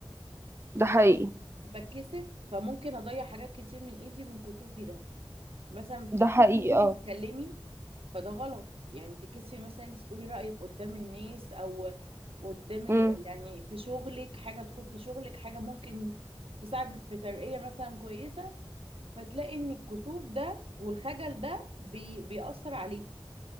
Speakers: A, on the right; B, on the right.
A: ده حقيقي
B: بتكسف فممكن اضيع حاجات كتير من ايدي من كسوفي ده مثلا بتتكسفي
A: ده حقيقي
B: ان انت
A: اه
B: تتكلمي فده غلط يعني تتكسفي مثلا انت تقولي رايك قدام الناس او قدام
A: امم
B: ج- يعني في شغلك حاجه تخص شغلك حاجه ممكن تساعدك في ترقيه مثلا كويسه فتلاقي ان الكسوف ده والخجل ده بي بيأثر عليكي